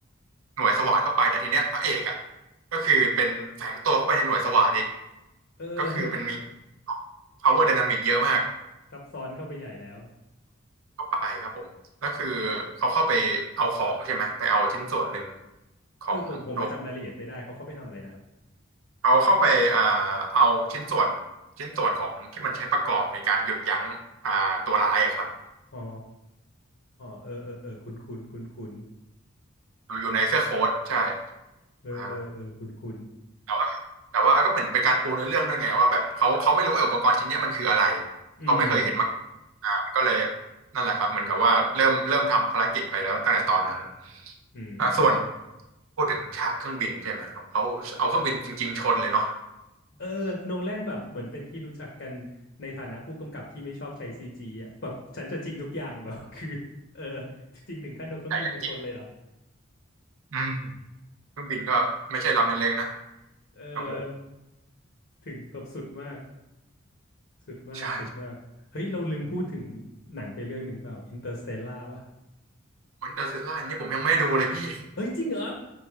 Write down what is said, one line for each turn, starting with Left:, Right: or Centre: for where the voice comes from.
Right: หน่วยสวาทเข้าไปแต่ทีเนี้ยพระเอกอ่ะก็คือเป็นแฝงตัวเข้าไปในหน่วยสวาทอีก
Left: เออ
Right: ก็คือเป็นมี power dynamic เยอะมาก
Left: <laughs> ซับซ้อนเข้าไปใหญ่แล้ว
Right: ไปครับผมก็คือเขาเข้าไปเอาของใช่ไหมไปเอาชิ้นส่วนหนึ่งของดวง
Left: เออผมผมมาจำรายละเอียดไม่ได้เขาเข้าไปทำอะไรนะครับ
Right: เขาเข้าไปอ่าเอาชิ้นส่วนชิ้นส่วนของที่มันใช้ประกอบในการหยุดยั้งอ่าตัวร้ายอะครับ
Left: อ๋อเออเออเออคุ้นคุ้นคุ้นคุ้น
Right: อยู่อยู่ในเสื้อโค้ทใช่
Left: ๆเออเออเออคุ้นคุ้น
Right: อ่าแต่ว่าแต่ว่าก็เหมือนเป็นการปูเนื้อเรื่องด้วยไงว่าแบบเขาเขาไม่รู้ไอ้อุปกรณ์ชิ้นเนี้ยมันคืออะไร
Left: ๆอืม
Right: เขาไม่เคยเห็นมาอ่าก็เลยนั่นแหละครับเหมือนกับว่าเริ่มเริ่มทำภารกิจไปแล้วตั้งแต่ตอนนั้น
Left: อืม
Right: อ่าส่วนพูดถึงฉากเครื่องบินใช่ไหมของเขาเอาเครื่องบินจริงๆชนเลยเนาะ
Left: เออโนแลนแบบเหมือนเป็นที่รู้จักกันในฐานะผู้กำกับที่ไม่ชอบใช้ซีจีอะแบบฉันจะจริงทุกอย่างแบบคือเออจริงถึงขั้นเอาเครื่องบินมาชนเลยเหรอ
Right: ใหญ่เลยอืมเครื่องบินก็ไม่ใช่ลำเล็กๆนะ
Left: เออ
Right: โอ้โห
Left: ถึงแบบสุดมากสุดมากสุดมากเฮ้ยเราลืมพูดถึง
Right: ใช่
Left: หนังไปเรื่องหนึ่งเปล่าอินเตอร์สเตลล่าป่ะ
Right: คนเดอร์ซิลล่านี่ผมยังไม่ดูเลยพี่
Left: เอ้ยจริงเหรอ